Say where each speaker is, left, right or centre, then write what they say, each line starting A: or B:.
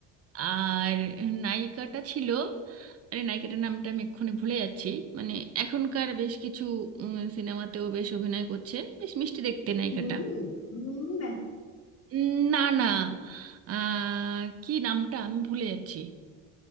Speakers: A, on the right; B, on the left.
A: আর নায়িকাটা ছিল আরে নায়িকাটার নামটা আমি এক্ষুনি ভুলে যাচ্ছি মানে এখনকার বেশ কিছু উম, সিনেমাতেও বেশ অভিনয় করছে বেশ মিষ্টি দেখতে নায়িকাটা
B: মিমি মিমি না
A: উম, না না আহ, কি নামটা আমি ভুলে যাচ্ছি